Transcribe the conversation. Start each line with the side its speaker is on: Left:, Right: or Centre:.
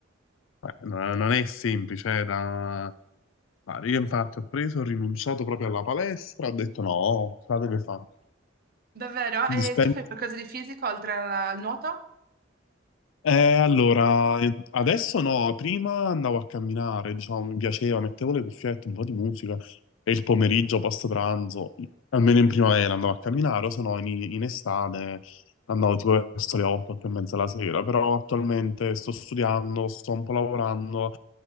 Left: No, non è semplice, eh, da... ma io infatti ho preso, ho rinunciato proprio alla palestra, ho detto no, la deve fare.
Right: <laughs> Davvero?
Left: Mi
Right: E
Left: dispen-
Right: tu fai qualcosa di fisico oltre alla- al nuoto?
Left: Eh, allora, eh, adesso no, prima andavo a camminare, diciamo, mi piaceva, mettevo le cuffiette, un po' di musica e il pomeriggio, post pranzo, almeno in primavera andavo a camminare, o se no in, in estate andavo tipo verso le 8, 8 e mezza la sera, però attualmente sto studiando, sto un po' lavorando,